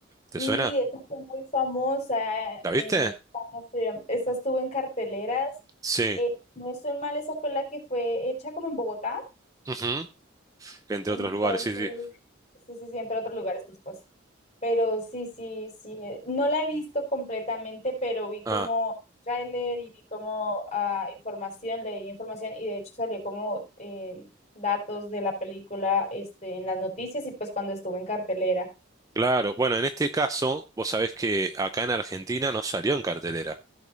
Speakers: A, on the right (about 15°); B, on the left (about 35°).
A: ¿Te
B: Sí,
A: suena?
B: esa fue muy famosa.
A: ¿La
B: Eh,
A: viste?
B: cuando fui- esa estuvo en carteleras.
A: Sí.
B: Eh, no estoy mal, esa fue la que fue hecha como en Bogotá.
A: Ujú. Entre
B: Entonces,
A: otros lugares, sí, sí.
B: sí, sí, sí, entre otros lugares, por supuesto. Pero sí, sí, sí. eh, No la he visto completamente, pero vi como
A: Ah,
B: tráiler y vi como ah, información, leí información y de hecho salió como eh, datos de la película este, en las noticias y pues cuando estuvo en cartelera.
A: Claro, bueno, en este caso, vos sabés que acá en Argentina no salió en cartelera.